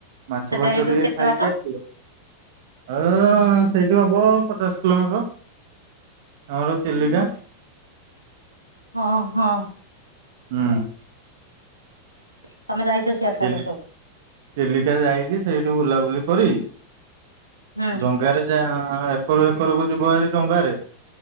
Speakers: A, on the right (about 50°); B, on the right (about 85°).
A: ମାଛ
B: ସେଟା
A: ଫାଛ
B: ଏଇଠୁ
A: ଟିକେ
B: କେତେ
A: ଖାଇକ
B: ବାଟ
A: ଆସିବ। <inaudible> ହ ସେଇଠୁ ହବ ପଚାଶ କିଲୋମିଟର। ଆମର ଚିଲିକା। <inaudible>
B: ହଁ ହଁ।
A: ହୁଁ।
B: <inaudible> ସିଆଡେ ତାହେଲେ
A: ଚିଲି
B: ସବୁ
A: ଚିଲିକା ଯାଇ କିସେଇଠୁ ବୁଲାବୁଲି କରି।
B: ହୁଁ
A: ଡଙ୍ଗାରେ ଯା ହ ଏକରୂ ହେକରକୁ ଯିବ ହାରି ଡଙ୍ଗରେ।